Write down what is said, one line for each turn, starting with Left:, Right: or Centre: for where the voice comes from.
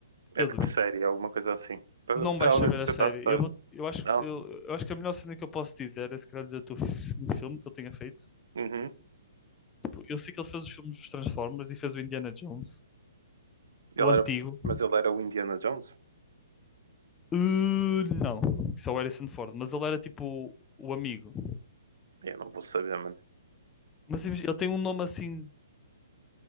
Right: É
Left: Eu
Right: de
Left: duvido.
Right: que série? É Alguma coisa assim. Para-
Left: Não
Right: para-
Left: vais
Right: Ao
Left: saber
Right: menos eu
Left: a
Right: tentar
Left: série.
Right: citar.
Left: Eu, vou- eu, acho,
Right: Não?
Left: que- eu, eu acho que a melhor cena que eu posso dizer é se calhar dizer o fi- um filme que ele tenha feito.
Right: Uhum.
Left: Tipo, eu sei que ele fez os filmes dos Transformers e fez o Indiana Jones,
Right: Ele
Left: o antigo.
Right: era... Mas ele era o Indiana Jones?
Left: Uh, não, isso é o Harrison Ford, mas ele era tipo o amigo.
Right: Eu não vou saber, mano.
Left: Mas imagi- ele tem um nome assim